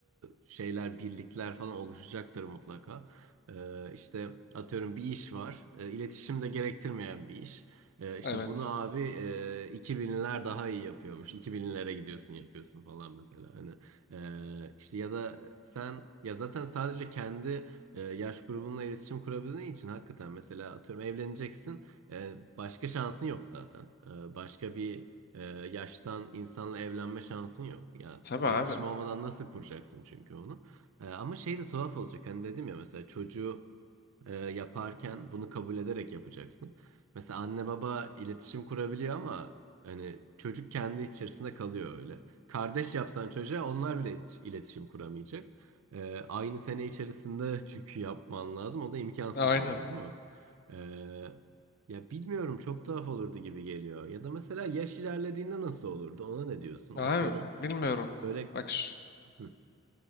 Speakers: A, on the right; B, on the left.
A: e, şeyler, birlikler falan oluşacaktır mutlaka. E, işte atıyorum bir iş var, e, iletişim de gerektirmeyen bir iş. Ee, işte
B: Evet.
A: bunu abi e, iki binler daha iyi yapıyormuş. iki binlere gidiyorsun yapıyorsun falan mesela. Hani e, işte ya da sen ya zaten sadece kendi e, yaş grubunla iletişim kurabildiğin için hakikaten mesela atıyorum evleneceksin. E, başka şansın yok zaten. E, başka bir e, yaştan insanla evlenme şansın yok. Ya
B: Tabii
A: iletişim
B: abi.
A: olmadan nasıl kuracaksın çünkü onu? E, ama şey de tuhaf olacak. Hani dedim ya mesela çocuğu e, yaparken bunu kabul ederek yapacaksın. Mesela anne baba iletişim kurabiliyor ama hani çocuk kendi içerisinde kalıyor öyle. Kardeş yapsan çocuğa onlar bile iletiş- iletişim kuramayacak. E, aynı sene içerisinde <laughs> çünkü yapman lazım. O da imkansız
B: Aynen.
A: yani değil mi? E, ya bilmiyorum çok tuhaf olurdu gibi geliyor. Ya da mesela yaş ilerlediğinde nasıl olurdu? Ona ne diyorsun?
B: Abi
A: Atıyorum
B: bilmiyorum.
A: böyle...
B: Bak şu,
A: Hı,